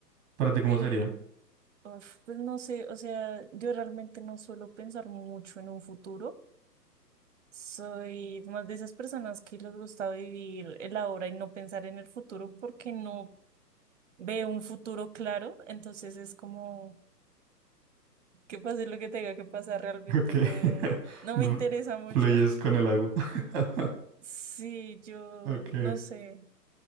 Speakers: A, on the right; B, on the right.
A: ¿Para ti cómo
B: Y
A: sería?
B: uf, pues no sé, o sea, yo realmente no suelo pensar mucho en un futuro. Soy más de esas personas que les gusta vivir el ahora y no pensar en el futuro porque no veo un futuro claro. Entonces es como que pase lo que tenga que pasar, realmente
A: Ok.
B: no,
A: <laughs>
B: no
A: No,
B: me interesa mucho.
A: Fluyes
B: <laughs>
A: con el agua. <laughs>
B: Sí, yo
A: Ok,
B: no sé.